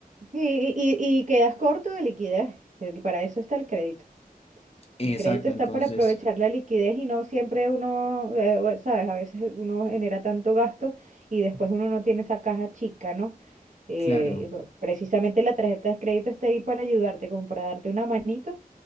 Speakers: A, on the right; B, on the left.
A: Y, y, y- y quedas corto de liquidez. eh, Para eso está el crédito.
B: Exacto,
A: El crédito está
B: entonces,
A: para aprovechar la liquidez y no siempre uno, eh, o- sabes, a veces uno genera tanto gasto y después uno no tiene esa caja chica, ¿no? Eh,
B: claro.
A: y pre- precisamente la tarjeta de crédito está ahí para ayudarte, como para darte una manito,